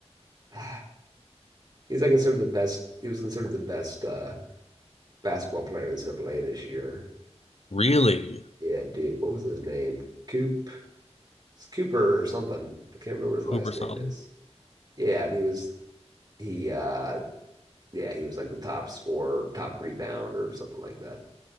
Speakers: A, on the right; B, on the left.
A: <sighs> He's like considered the best. He was considered the best uh, basketball player in NCAA this year.
B: Really?
A: Yeah, Duke. What was his name? Coop. It's Cooper or something. I can't remember what his last
B: Hooper something.
A: name is. Yeah, and he was he. uh Yeah, he was like the top scorer, top rebound, or something like that.